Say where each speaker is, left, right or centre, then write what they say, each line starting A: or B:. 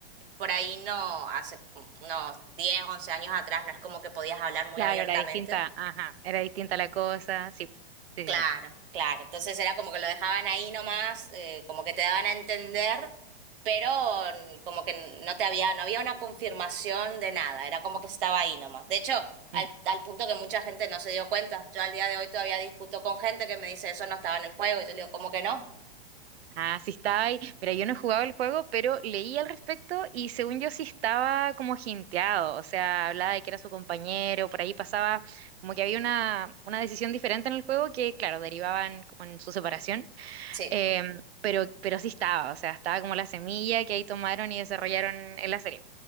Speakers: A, on the right; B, on the right.
A: por ahí no, hace unos 10, 11 años atrás no es como que podías hablar muy
B: Claro,
A: abiertamente.
B: era distinta, ajá, era distinta la cosa, sí, sí,
A: Claro,
B: sí.
A: claro. Entonces era como que lo dejaban ahí nomás, eh, como que te daban a entender, pero mm, como que no te había, no había una confirmación de nada, era como que estaba ahí nomás. De hecho, al,
B: sí.
A: al punto que mucha gente no se dio cuenta. Yo al día de hoy todavía discuto con gente que me dice eso no estaba en el juego, y yo le digo, ¿cómo que no?
B: Ah, sí estaba ahí. Pero yo no he jugado el juego, pero leí al respecto y según yo sí estaba como jinteado. O sea, hablaba de que era su compañero, por ahí pasaba como que había una, una decisión diferente en el juego que, claro, derivaban como en su separación.
A: Sí,
B: Em, pero, pero sí estaba, o sea, estaba como la semilla que ahí tomaron y desarrollaron en la serie.